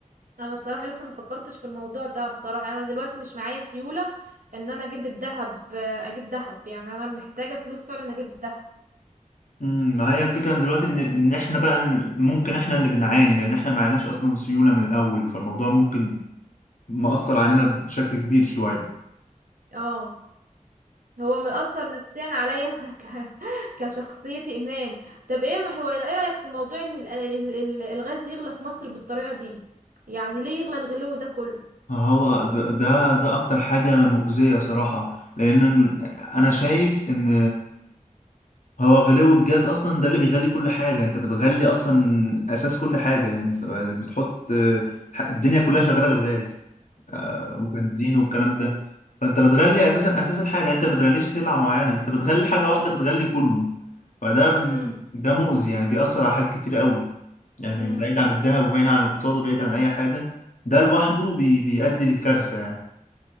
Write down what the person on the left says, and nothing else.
امم ما هي الفكرة إن دلوقتي ان ان احنا بقى ن- ممكن احنا اللي بنعاني لان احنا معناش اصلا سيولة من الاول فالموضوع ممكن مأثر علينا بشكل كبير شوية
هو ده ده ده اكتر حاجة مؤذية صراحة لان انا شايف ان هو غلو الجاز اصلا ده اللي بيغلي كل حاجه انت بتغلي اصلا اساس كل حاجه يعني س- بتحط آه، ح- الدنيا كلها شغاله بالغاز آه، وبنزين والكلام ده فانت بتغلي اساسا اساس الحاجه انت بتغليش سلعه معينه انت بتغلي حاجه واحده بتغلي كله فده
ده مؤذي يعني بيأثر على حاجات كتير قوي يعني
بعيد عن الذهب وبعيد عن الاقتصاد وبعيد عن اي حاجه ده لوحده بي- بيؤدي للكارثه يعني